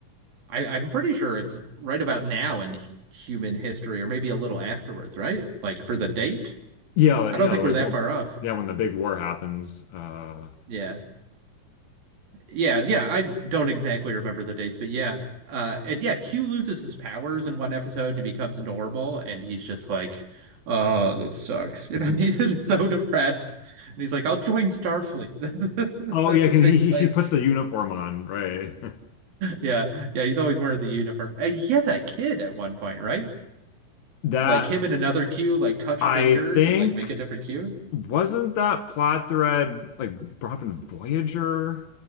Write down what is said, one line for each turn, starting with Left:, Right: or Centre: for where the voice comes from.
Right: I, I'm pretty sure it's right about now in h- human history, or maybe a little afterwards, right? Like for the date.
Left: Yeah, like-
Right: I don't
Left: yeah,
Right: think
Left: like
Right: we're that
Left: well,
Right: far off.
Left: yeah, when the big war happens. Uh
Right: Yeah. Yeah, yeah, I don't exactly remember the dates, but yeah. Uh and yeah, Q loses his powers in one episode and becomes normal and he's just like, "Oh, this sucks." You
Left: <laughs>
Right: know, <laughs> he's just so depressed. And he's like, "I'll join Starfleet."
Left: oh
Right: <laughs> That's
Left: yeah,
Right: his
Left: because
Right: big
Left: he, he
Right: plan.
Left: he puts the uniform on, right? <laughs>
Right: Yeah. Yeah, he's always wearing the uniform. And he has a kid at one point, right?
Left: That
Right: Like him and another Q like touch
Left: I
Right: fingers
Left: think
Right: and like make a different Q.
Left: wasn't that plot thread like brought up in Voyager?